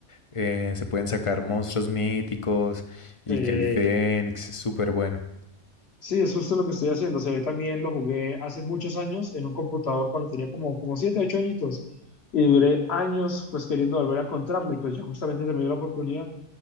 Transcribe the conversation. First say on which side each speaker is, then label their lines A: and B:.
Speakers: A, on the left; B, on the left.
A: eh, se pueden sacar monstruos míticos y
B: Eh,
A: que el Fénix es súper bueno.
B: sí, es justo lo que estoy haciendo. O sea, también lo jugué hace muchos años en un computador cuando tenía como, como 7 8 añitos. Y duré años pues queriendo volver a encontrarlo. Y pues yo justamente se me dio la oportunidad